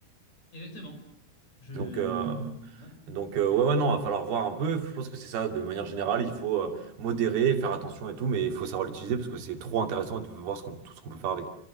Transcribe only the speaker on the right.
Donc, euh,
donc euh, ouais, ouais, non, va falloir voir un peu. Je pense que c'est ça, de manière générale, il faut euh, modérer, faire attention et tout, mais il faut savoir l'utiliser parce que c'est trop intéressant de voir ce qu'on- tout ce qu'on peut faire avec.